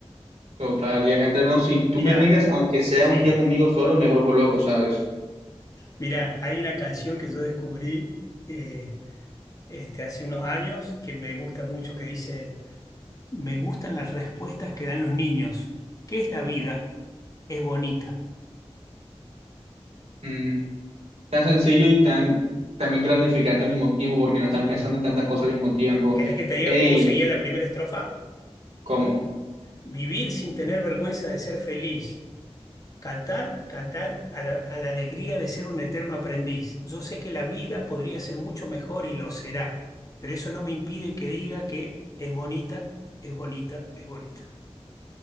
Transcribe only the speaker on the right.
Total, y acá entre nos, si tú
me dejas, aunque sea
un día conmigo solo, me vuelvo loco, ¿sabes?
Mm, tan sencillo y tan también gratificante al mismo tiempo, porque no están
pensando en tantas cosas al mismo tiempo.
Ey,
¿cómo?